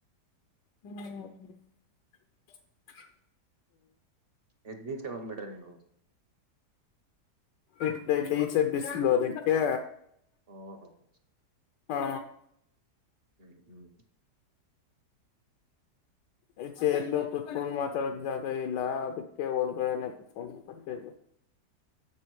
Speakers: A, on the left (about 85°); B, on the right (about 45°).
A: <unintelligible> <inaudible>
B: ಎದೀಚ್ಚೆ ಬಂದ್ಬಿಡ್ರಿ ನೀವು
A: ಇ ಈಚೆ ಬಿಸ್ಲು ಅದಕ್ಕೆ
B: ಓ ಓಹೋ
A: ಹಾ
B: ಹ್ಮ್ ಹ್ಮ್
A: ಇ ಚೆ ಎಲ್ಲ ಕುೂತ್ಕೊಂಡೊಂಡು ಮಾತಾಡೋದು ಜಾಗ ಇಲ್ಲ ಅದಕ್ಕೆ ಒ ಬೆ